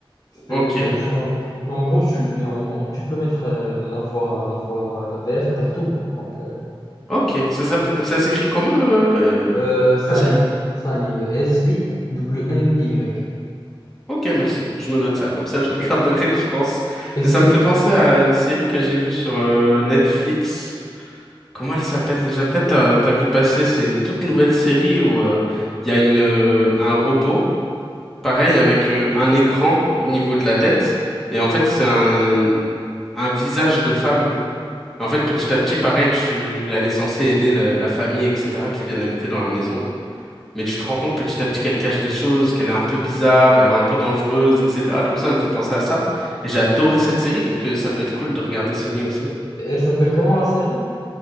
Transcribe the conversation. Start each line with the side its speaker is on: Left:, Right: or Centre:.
Left: c'est,
Centre: Ok,
Left: c'est, c'est en anglais. Mais en gros, tu, mais en- tu peux mettre euh, la voix, la voix, la VF pour tout. Donc, euh,
Centre: ok. Ça, s'app- ça s'écrit comment le, le
Left: euh, Sunny,
Centre: la série?
Left: Sunny, S-U-W-N-Y.
Centre: Ok, merci. Je me note ça, comme ça je regarderai, <laughs> je pense.
Left: Est-ce
Centre: Et ça
Left: que,
Centre: me fait penser à une série que j'ai vue sur euh, Netflix. Comment elle s'appelle déjà? Peut-être t'as, t'as vu passer, c'est une toute nouvelle série où euh, il y a une, euh, un robot, pareil, avec euh, un écran au niveau de la tête. Et en fait, c'est un, un visage de femme. En fait, petit à petit, pareil, tu, elle est censée aider la, la famille, etc., qui viennent habiter dans la maison. Mais tu te rends compte petit à petit qu'elle cache des choses, qu'elle est un peu bizarre et un peu dangereuse, etc. Du coup, ça me fait penser à ça. Et j'ai adoré cette série, donc euh, ça peut être cool de regarder Sunny aussi.
Left: elle s'appelle comment la série?